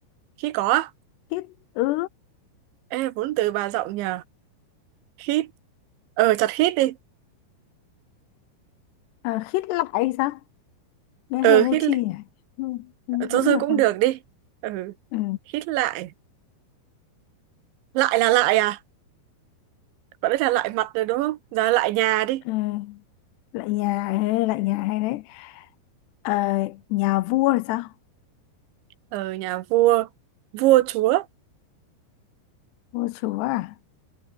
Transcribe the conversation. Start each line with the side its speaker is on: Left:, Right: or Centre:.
Right: khít có á?
Left: khít ứ
Right: Ê, vốn từ bà rộng nhỉ? Khít. Ờ, chặt khít đi.
Left: à, khít lại hay sao nghe
Right: Ờ,
Left: hơi vô
Right: khít,
Left: tri nhỉ ừ, ừ,
Right: ờ, thôi
Left: vẫn
Right: thôi
Left: được
Right: cũng
Left: mà
Right: được đi. Ừ,
Left: ừ,
Right: khít lại. Lại là lại à? Còn đấy là lại mặt rồi đúng không? Giờ lại nhà đi.
Left: ừ. lại nhà ê, lại nhà hay đấy Ờ, nhà vua thì sao
Right: Ờ, nhà vua. Vua chúa.
Left: vua chúa à